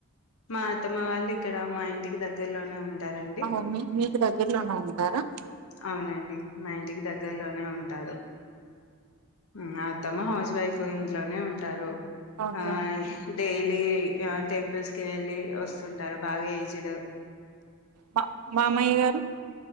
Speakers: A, on the left (about 70°); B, on the right (about 85°).
A: మా అత్తమ్మ వాళ్ళు ఇక్కడ మా ఇంటికి దగ్గరలోనే ఉంట ఉంటారండి
B: అహో మీ మీకు దగ్గరలోనే ఉంటారా
A: అవునండి మా ఇంటికి దగ్గరలోనే ఉంటారు ఉ అత్తమ్మ హౌస్ వైఫ్ ఇ ఇంట్లోనే ఉంట ఉంటారు
B: ఓకే
A: ఆహ్
B: అండి
A: డెలీ య టెంపుల్స్ కి వెళ్ళి వస్తుంటారు బాగా ఏజ్డ్
B: మా మామయ్య గారు